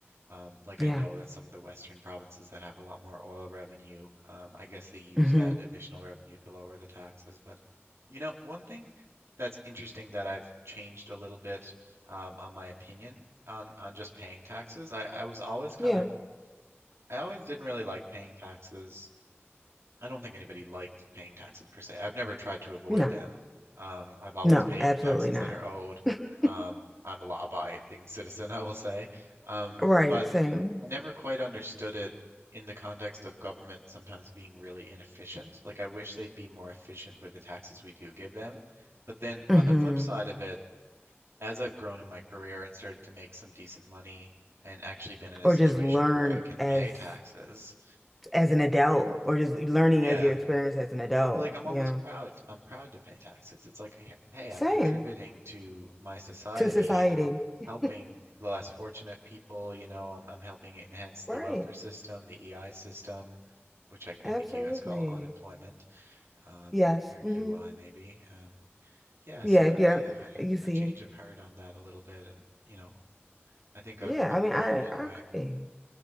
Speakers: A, on the right (about 75°); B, in the centre.
A: Um, like
B: Yeah.
A: I know that some of the Western provinces that have a lot more oil revenue, um, I guess they use
B: hmm
A: that additional revenue to lower the taxes. But you know, one thing that's interesting that I've changed a little bit um, on my opinion on on just paying taxes. I, I was always kind
B: Yeah,
A: of I always didn't really like paying taxes I don't think anybody likes paying taxes per se. I've never tried to avoid
B: no,
A: them. Um, I've always
B: no,
A: paid
B: absolutely
A: the taxes
B: not.
A: that are owed.
B: <laughs>
A: Um, I'm a law-abiding <laughs> citizen, I will say. Um,
B: Right,
A: but
B: same.
A: I never quite understood it in the context of government sometimes being really inefficient. Like, I wish they'd be more efficient with the taxes we do give them. But then
B: hmm
A: on the flip side of it, as I've grown in my career and started to make some decent money and actually been in a
B: Or
A: situation
B: just learn
A: where I can
B: as
A: pay taxes,
B: as an adult, or just learning
A: yeah.
B: as your experience as an adult.
A: Well, like I'm
B: Yeah,
A: almost proud. I'm proud to pay taxes. It's like, h- hey,
B: same
A: I'm contributing to my society
B: to society.
A: and I'm
B: <laughs>
A: helping the less fortunate people, you know, I'm I'm helping enhance the
B: Right,
A: welfare system, the EI system, which I,
B: absolutely.
A: I think you guys call unemployment, um,
B: Yes.
A: or
B: hmm
A: UI maybe. Um, yeah,
B: Yeah,
A: so
B: yeah.
A: I, I've had a,
B: You see.
A: a change of heart on that a little bit and, you know, I think I've
B: Yeah,
A: I've
B: I
A: grown
B: mean, I
A: in
B: I
A: a way.
B: agree.